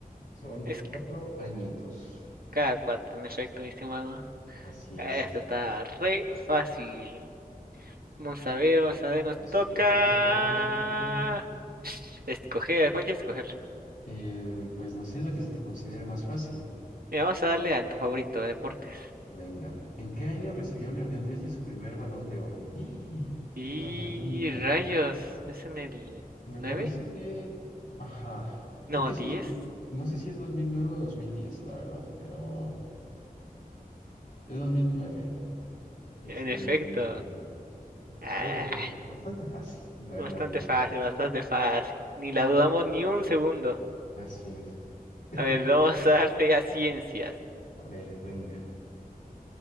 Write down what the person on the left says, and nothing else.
Son
cuatro añitos.
Así
es.
Vamos
a ver qué otro nos toca.
Eh, pues no sé, la que se te considere más fácil.
Venga, ¿en qué año recibió Lionel Messi su primer balón de oro? ¡Ih!
¡Qué buena pregunta!
Me
parece que... Ajá, creo
que
sí. es dos- No sé si es 2009 o 2010, la verdad, pero es 2009. Excelente.
Algo bastante fácil, la verdad,
diría.
Así es. <laughs>
A ver, venga.